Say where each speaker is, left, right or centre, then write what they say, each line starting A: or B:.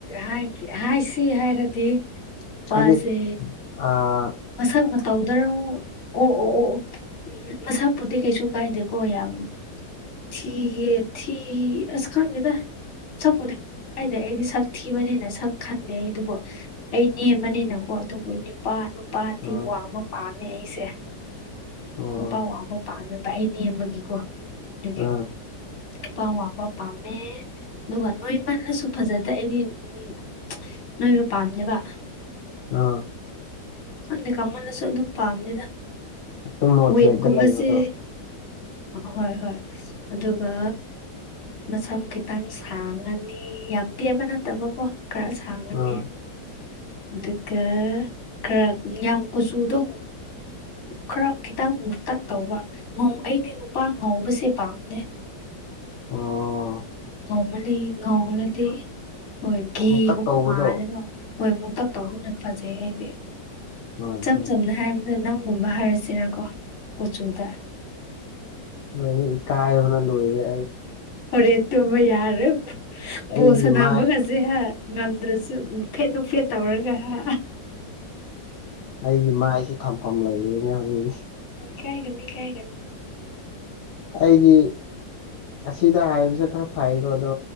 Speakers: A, on the left; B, on the left.
A: ꯍꯥꯏ ꯍꯥꯏꯁꯤ ꯍꯥꯏꯔꯗꯤ ꯄꯥꯁꯦ
B: ꯍꯥꯏꯗꯤ ꯑꯥ
A: ꯃꯁꯛ ꯃꯇꯧꯗꯔꫭ ꯑꯣ ꯑꯣ ꯑꯣ ꯃꯁꯛꯄꯨꯗꯤ ꯀꯩꯁꯨ ꯀꯥꯏꯗꯦꯀꯣ ꯌꯥꯝ ꯊꯤꯒꯦ ꯊꯤ ꯑꯁ ꯈꯪꯗꯦꯗ ꯁꯛꯄꯨꯗꯤ ꯀꯗꯦ ꯑꯩꯗꯤ ꯁꯛ ꯊꯤꯕꯅꯤꯅ ꯁꯛ ꯈꯟꯗꯦ ꯑꯩ ꯑꯗꯨꯕꯨ ꯑꯩ ꯅꯦꯝꯅꯤꯅꯤꯅꯀꯣ ꯑꯗꯨꯕꯨ ꯅꯤꯄꯥ ꯅꯨ ꯅꯨꯄꯥꯗꯤ
B: ꯑꯥ
A: ꯋꯥꯡꯕ ꯄꯥꯝꯃꯦ ꯑꯩꯁꯦ
B: ꯑꯣ
A: ꯅꯨꯄꯥ ꯋꯥꯡꯕ ꯄꯥꯝꯃꯦ ꯑꯩ ꯅꯦꯝꯕꯒꯤꯀꯣ ꯑꯗꯨꯒꯤ
B: ꯑꯥ
A: ꯅꯨꯄꯥ ꯋꯥꯡꯕ ꯄꯥꯝꯃꯦ ꯑꯗꯨꯒ ꯅꯣꯏ ꯏꯃꯅꯁꯨ ꯐꯖꯗꯦ ꯑꯩꯗꯤ ꯎꯝ ꯅꯣꯏꯕ ꯄꯥꯝꯗꯦꯕ
B: ꯑꯥ
A: <unintelligible> ꯀꯃꯜꯅꯁꯨ ꯑꯗꯨꯝ ꯄꯥꯝꯅꯤꯗ
B: ꯑꯗꯨꯝ ꯃꯣꯗ꯭ꯔꯦꯠꯇ
A: ꯋꯦꯠꯀꯨꯝꯕꯁꯦ
B: ꯂꯩꯕꯗꯣ
A: ꯍꯣꯏ ꯍꯣꯏ ꯑꯗꯨꯒ ꯃꯁꯝ ꯈꯤꯇꯪ ꯁꯥꯡꯉꯅꯤ ꯌꯥꯝ ꯇꯦꯟꯕ ꯅꯠꯇꯕꯀꯣ ꯈꯔ ꯁꯥꯡꯉꯅꯤ
B: ꯑꯥ
A: ꯑꯗꯨꯒ ꯈꯔ ꯌꯥꯝ ꯀꯨꯆꯨꯗꯣ ꯈꯔ ꯈꯤꯇꯪ ꯃꯨꯛꯇ ꯇꯧꯕ ꯑꯩꯗꯤ ꯅꯨꯄꯥ ꯉꯥꯎꯧꯕꯁꯦ ꯄꯥꯝꯅꯦ
B: ꯑꫭ
A: ꯉꯩꯃꯜꯅꯤ ꯉꯧꯃꯜꯂꯗꯤ ꯍꯣꯏ ꯘꯤꯒꯨꯝꯕ
B: ꯃꯨꯛꯇꯛ ꯇꯧꯕꯗꯣ
A: ꯃꯥꯜꯂꯦꯕ ꯍꯣꯏ ꯃꯨꯛꯇꯛ ꯇꯧꯒꯨꯝꯅꯦꯕ ꯐꯖꯩ ꯍꯥꯏꯗꯤ
B: ꯍꯣꯏ
A: ꯏꯆꯝ
B: ꯍꯣꯏ
A: ꯆꯝꯅ ꯍꯥꯏꯔꯕ ꯅꯪꯒꯨꯝꯕ ꯍꯥꯏꯔꯁꯤꯔꯀꯣ ꯀꯆꯨꯗ
B: ꯅꯪ ꯏꯀꯥꯏ ꯕꯅ ꯂꯣꯏꯔ
A: ꯍꯣꯔꯦ ꯇꯣꯕ ꯌꯥꯔ
B: ꯑꯩꯒꯤ
A: ꯕꯣꯜ ꯁꯅꯕꯨꯒꯁꯤ
B: ꯃꯥꯏ
A: ꯍꯧꯖꯤꯛ ꯍꯥ ꯉꯝꯗ꯭ꯔꯁꯨ ꯅꯨꯐꯦꯠ ꯅꯨꯡꯐꯦꯠ ꯇꯧꯔꯒ ꯍꯥ
B: ꯑꯩꯒꯤ ꯃꯥꯏꯁꯦ ꯊꯝꯐꯝ ꯂꯩꯕꯦꯅꯦ ꯎꯝ
A: ꯏꯀꯥꯏꯒꯅꯨ ꯏꯀꯥꯏꯒꯅꯨ
B: ꯑꯩꯒꯤ ꯑꯁꯤꯗ ꯍꯥꯏꯕꯁꯦ ꯈꯔ ꯐꯩꯀꯣ ꯑꯗꯣ